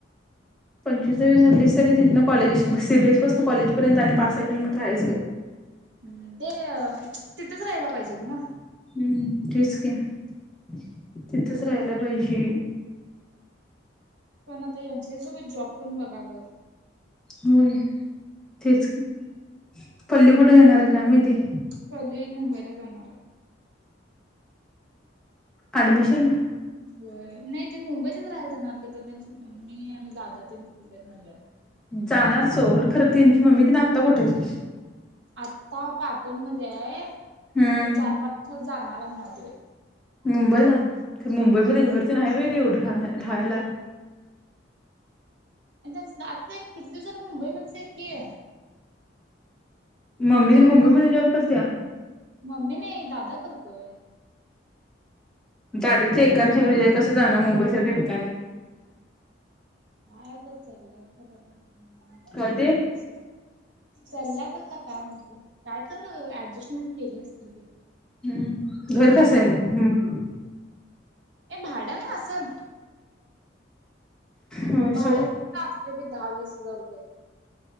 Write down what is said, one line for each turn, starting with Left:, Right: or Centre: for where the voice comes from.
Centre: पंचवीस जरी धरलीस, तरी तिथन कॉलेज सी. बी. एस पासन कॉलेज पर्यंत आणि पाच सहा किलोमीटर हायच ग
Right: हम्म, ते तिथंच राहाला पाहिजे ग म
Centre: हम्म, तेच की तिथच राहायला पाहिजे.
Right: पण आता एम. सी. ए सोबत जॉब पण बघा ग
Centre: होय, तेच की पल्ली कुठे घेणार आहे काय माहिती?
Right: पल्ली मुंबईला जाणार हाय.
Centre: ॲडमिशनला?
Right: होय, नाही ती मुंबईतच राहायला जाणार की, आता ततेचं मम्मी आणि दादा तेन आहेत म्हणल्यावर
Centre: जाणार सोड, खरं त्यांची मम्मी तेन आता कुठ हाईत?
Right: आत्ता पाटण मध्ये हाय
Centre: हम्म
Right: एक चार पाच हजा मला म्हणालती
Centre: मुंबईला ना, मुंबईमध्ये घर तेन हाय होय ग एवढं <unintelligible> राहायला.
Right: त्या <unintelligible> न किती दिवसाला मुंबई मध्येच आहेत की.
Centre: मम्मी तेन मुंबईमध्ये जॉब करत्या?
Right: मम्मी नाही दादा करतोय.
Centre: दादाच्या एकाच्या कसं जाणार मुंबई सारख्या ठिकाणी
Right: काय आत्ता चाल्यात कनि <unintelligible>
Centre: काय ते
Right: <inaudible> चाल्यात आत्ता काय माहिती, काय तर ऍडजस्टमेंट केली असतील घे.
Centre: हम्म. घर कसं आहे मग
Right: ए भाड्या न असल.
Centre: होय
Right: भाडं
Centre: सोड.
Right: काय असतय दहा वीस हजार रुपये.